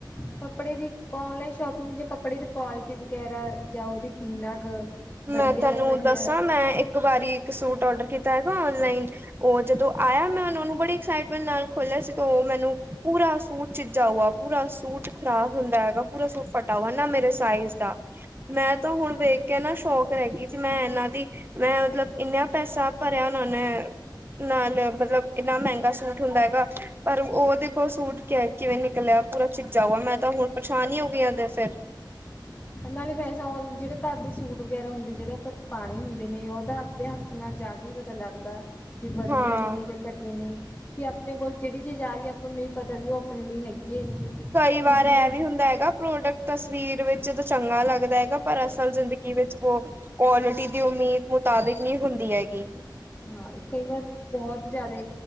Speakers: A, on the left; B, on the right.
A: ਕੱਪੜੇ ਦੀ ਔਨਲਾਈਨ ਸ਼ੋਪਿੰਗ ਜਾਂ ਕੱਪੜੇ ਦੀ ਕੁਆਲਿਟੀ ਵਗੈਰਾ ਜਾਂ ਉਹਦੀ ਕਿੰਨਾ ਕੁ ਵਧੀਆ
B: ਮੈਂ ਤੁਐਨੂੰ
A: ਘਟੀਆ
B: ਦੱਸਾਂ ਮੈਂ ਇੱਕ ਵਾਰੀ ਇੱਕ ਸੂਟ ਔਡਰ ਕੀਤਾ ਹੈਗਾ ਔਨਲਾਈਨ। ਓਹ ਜਦੋਂ ਆਯਾ ਮੈਂ ਓਨਾ ਨੂੰ ਬੜੀ ਐਕਸਾਈਟਮੈਂਟ ਨਾਲ ਖੋਲਿਆ ਸੀ ਤੇ ਓਹ ਮੈਨੂੰ ਪੂਰਾ ਸੂਟ ਛਿਜਾ ਹੂਆ ਪੂਰਾ ਸੂਟ ਖ਼ਰਾਬ ਹੁੰਦਾ ਹੈਗਾ, ਪੂਰਾ ਸੂਟ ਫਟਾ ਵਾ ਨਾ ਮੇਰੇ ਸਾਈਜ਼ ਦਾ। ਮੈਂ ਤਾਂ ਹੁਣ ਵੇਖ ਕੇ ਨਾ ਤੋਕ ਰੈ ਗੀ ਸੀ ਮੈਂ ਐਨਾਂ ਦੀ ਮੈਂ ਮਤਲਬ ਇੰਨਾ ਪੈਸਾ ਭਰਿਆ, ਓਹਨਾਂ ਨੇ ਨਾਲ ਮਤਲਬ ਇੰਨਾ ਮੈੰਗਾ ਸੂਟ ਹੁੰਦਾ ਹੈਗਾ। ਪਰ ਔ ਓਦੇ ਕੋਲ ਸੂਟ ਕੈ ਕਿਵੇਂ ਨਿਕਲਿਆ ਪੂਰਾ ਫਿਟ ਜਾਵਾ ਮੈਂ ਤਾਂ ਹੁਣ ਪਰੇਸ਼ਾਨ ਈ ਹੋ ਗਈ ਆ ਅਦੇ ਫੇਰ।
A: ਨਾਲੇ ਵੈਸਾ ਔਲ ਜੇੜੇ ਘਰ ਦੇ ਸੂਟ ਵਗੈਰਾ ਹੁੰਦੇ ਜੇੜੇ ਅਪਾ ਪਾਣੇ ਹੁੰਦੇ ਨੇ ਓਹਦਾ ਦੇ ਹੱਥ ਨਾਲ ਜਾ ਕੇ ਹੀ ਪਤਾ ਲੱਗਦਾ ਵੀ ਵਧੀਆ
B: ਹਾਂ
A: ਨੇ ਜਾਂ ਘਟੇ ਨੇ ਕਿ ਆਪਣੇ ਕੋਲ ਜੇੜੀ ਚੀਜ਼ ਆ ਰੀ ਹੈ ਆਪਾਂ ਨੂੰ ਨਹੀਂ ਪਤਾ ਵੀ ਓਹ ਆਪਣੇ ਲਈ ਹੈਗੀ ਏ ਨਹੀਂ।
B: ਕਈ ਵਾਰ
A: ਦੂਜੀ
B: ਐਂ ਵੀ ਹੁੰਦਾ ਹੈਗਾ। ਪ੍ਰੋਡਕਟ ਤਸਵੀਰ ਵਿੱਚ ਤਾਂ ਚੰਗਾ ਲੱਗਦਾ ਹੈਗਾ ਪਰ ਅਸਲ ਜ਼ਿੰਦਗੀ ਵਿੱਚ ਵ ਕੁਆਲਿਟੀ ਦੀ ਉਮੀਦ ਮੁਤਾਬਿਕ ਨਹੀਂ ਹੁੰਦੀ ਹੈਗੀ
A: ਹਾਂ ਇਹ ਕਈ ਵਾਰ ਬਹੁਤ ਜ਼ਿਆਦਾ